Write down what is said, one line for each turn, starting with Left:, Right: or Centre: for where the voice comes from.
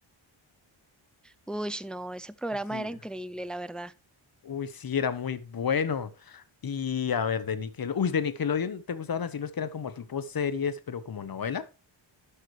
Centre: Uy, no, ese programa
Left: Sí.
Centre: era increíble, la verdad.
Left: Uy, sí, era muy bueno. Y a ver, de Nickelodeon... Uy, de Nickelodeon, ¿te gustaban así los que eran como tipo series, pero como novela?